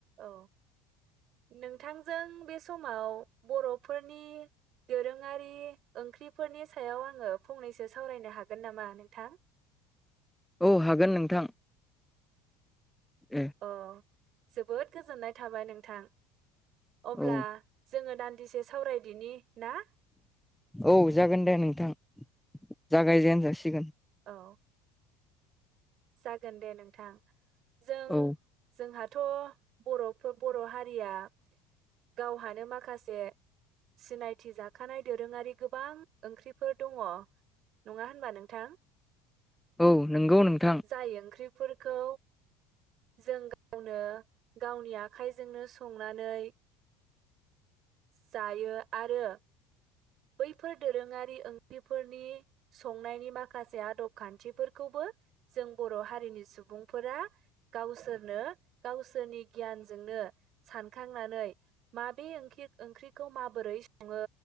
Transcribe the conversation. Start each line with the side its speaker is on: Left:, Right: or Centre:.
Right: औ नोंथांजों बे समाव बरफोरनि दोरोङारि ओंख्रिफोरनि सायाव आङो फंनैसो सावरायनो हागोन नामा नोंथां?
Centre: औ हागोन नोंथां। ए
Right: अ जोबोद गोजोननाय थाबाय नोंथां अब्ला
Centre: औ
Right: जोङो दान्दिसे सावरायदिनि ना
Centre: औ जागोन दे नोंथां जागायजेन जासिगोन
Right: औ जागोन दे नोंथां जों
Centre: औ
Right: जोंहा- थ' बर'फो बर' हारिया गावहानो माखासे सिनायथि जाखानाय दोरोङारि गोबां ओंख्रिफोर दङ' नङा होनबा नोंथां?
Centre: औ नंगौ नोंथां
Right: जाय ओंख्रिफोरखौ जों गावनो गावनि आखाइजोंनो संनानै जायो आरो बैफोर दोरोङारि ओंख्रिफोरनि संनायनि माखासे आदब खान्थिफोरखौबो जों बर' हारिनि सुबुंफोरा गावसोरनो गावसोरनि गियानजोंनो सानखांनानै माबे ओंखि- ओंख्रिखौ माबोरै सङो